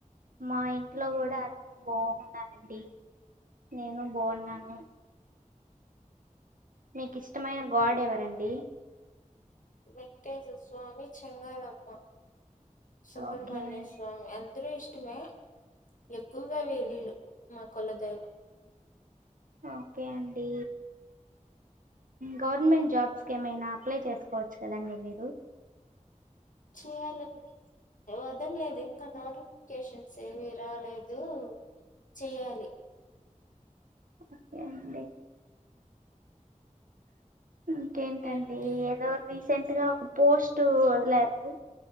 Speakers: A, on the right; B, on the left.
A: మా ఇంట్లో కూడా అందర బాగున్నారండి నేను బాగున్నాను మీకు ఇష్టమైన గాడ్ ఎవరండి
B: వెంకటేశ్వర స్వామి చెంగాలమ్మ సుబ్రమణ్య
A: ఓకే అండి
B: స్వామి ఇద్దరు ఇష్టమే ఎక్కువగా వేలీళు మా కొలాదైవం
A: ఓకే అండి గవర్నమెంట్ జాబ్స్కి ఏమైనా అప్లై చేసుకోవచ్చు కదండి మీరు
B: చేయాలండి వదల్లేదు ఇంకా నోటిఫికేషన్స్ ఏవి రాలేదు చేయాలి
A: ఓకే అండి ఇంకేంటండి
B: ఇంకేంటి
A: ఏదో <inaudible> <unintelligible> ఒక పోస్ట్ వదిలారు